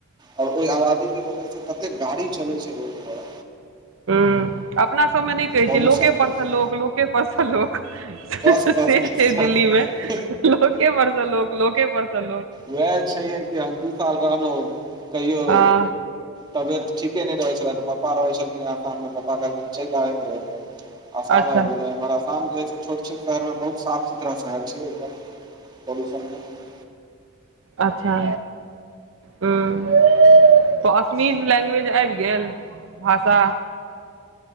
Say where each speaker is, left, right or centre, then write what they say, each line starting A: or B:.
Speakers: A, on the right; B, on the right.
A: आओर ओहि आबादीके वजहसँ कते गाड़ी चलै छै रोडपर।
B: हँ, अपना सभमे नहि कहैत
A: पॉल्यूशन
B: छियै, लोकसँ
A: पॉल्यूशन
B: लोक, लोकसँ लोक।
A: बस बस
B: से
A: बस
B: छै।
A: बस
B: दिल्ली मे लोक परस लोक लोके परस लोक
A: उएह छै कि हम दू साल रहलहुँ कहियो।
B: हँ
A: तबियत ठीके नहि रहै छलै तऽ पापाके रहै छलखिन स्थानमे, पपा कहलखिन चलि आबऽमे रहै। आसाम
B: अच्छा
A: आबि गेल हइ, मगर आसाम जे छोट। दक्षिण शहरमे बहुत साफ सुथरा शहर छै, एकदम पॉल्यूशन नहि।
B: अच्छा हँ, तऽ असमिया लैंग्वेज आबि गेल, भाषा।